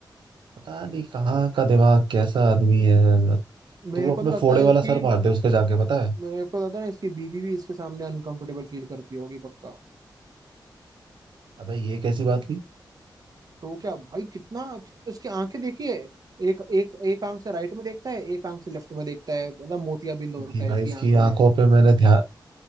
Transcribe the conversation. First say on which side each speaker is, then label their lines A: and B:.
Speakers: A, on the right; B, on the right.
A: पता नहीं
B: हम्म।
A: कहाँ का दिमाग कैसा आदमी है
B: मेरे
A: तू
B: को
A: अपने
B: तो लगता
A: फोड़े
B: है
A: वाला
B: इसकी
A: सर मार दे उसके जाके पता है
B: मेरे को लगता है ना इसकी बीवी भी इसके सामने अनकंफर्टेबल फील करती होगी पक्का
A: अबे ये कैसी बात हुई
B: तो वो क्या भाई कितना उसकी आंखें देखिए एक एक एक आंख से राइट में देखता है एक आंख से लेफ्ट में देखता है मतलब मोतियाबिंद हो
A: नहीं
B: रखा है
A: भाई
B: इसकी
A: इसकी
B: आंखों
A: आंखों
B: में
A: पे मैंने ध्यान